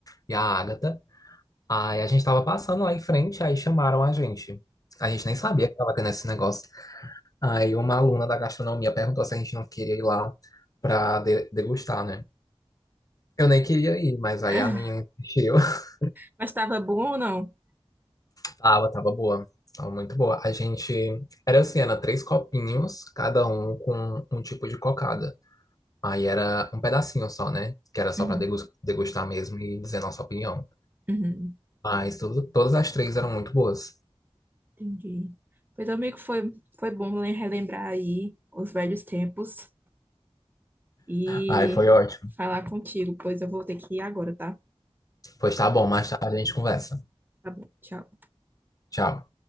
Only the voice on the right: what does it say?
<laughs>
Mas tava bom ou não?
Uhum,
uhum,
entendi. Pois, amigo, foi, foi bom le- relembrar aí os velhos tempos e
falar contigo, pois eu vou ter que ir agora, tá?
Tá bom, tchau.